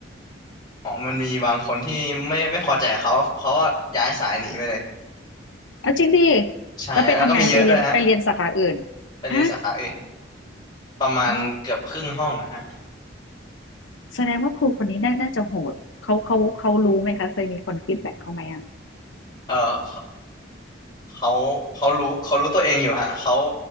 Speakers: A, on the left; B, on the left.
A: อ๋อมันมีบางคนที่ไม่ไม่พอใจเขาเขาก็ย้ายสายหนีไปเลย
B: เอาจริงดิ
A: ใช่แล้วก็มีเยอะด้วยฮะ
B: แล้วไปทำไงไปเรียนไปเรียนสาขาอื่น
A: ไปเรียนสาขาอื่น
B: ฮะ
A: ประมาณเกือบครึ่งห้องนะฮะ
B: อ๋อ แสดงว่าครูคนนี้น่าน่าจะโหดเขาเขาเขารู้ไหมคะเคยมีคนฟีดแบ็กเขาไหมอ่ะ
A: เอ่อ เขาเขารู้เขารู้ตัวเองอยู่ฮะเขา